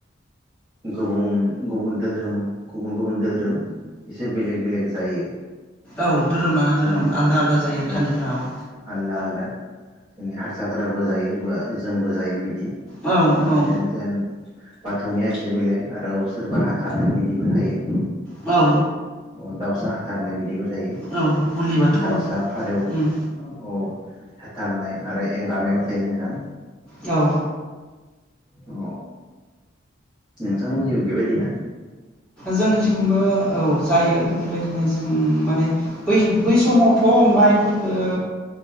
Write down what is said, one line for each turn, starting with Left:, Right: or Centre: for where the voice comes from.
Right: गुबुं। गुबुन दोरोम गुबुन गुबुन दोहोरोम एसे बेलेग बेलेग जायो।
Centre: औ धोरोम लाना
Right: नङा
Centre: धोरोम
Right: होमबा नोंथां
Centre: आलदा आलदा जायो
Right: औ
Centre: खान्थिफ्राव।
Right: आलदा आलदा जोंनि हारसाफोराबो जायो। <unintelligible> जोंबो जायो बिदि।
Centre: औ
Right: आरो
Centre: औ।
Right: जेन बाथौनिया एसे बेलेग आरो। सोरबा हाथारनाय बिदिबो थायो।
Centre: औ।
Right: अ दाउसा हाथारनाय बिदिबो थायो।
Centre: औ बुलि बाथौ
Right: दावसा फारेव। औ
Centre: उम
Right: औ हाथारनाय आरो एंगारनायबो थायो नोंथां।
Centre: औ।
Right: अ। नोंथांमोननि जोंबो बेबायदि ना?
Centre: जोंनिथिंबो औ जायो बेबायदिनो जों माने बै बै समावथ' माइफोर ओ।
Right: औ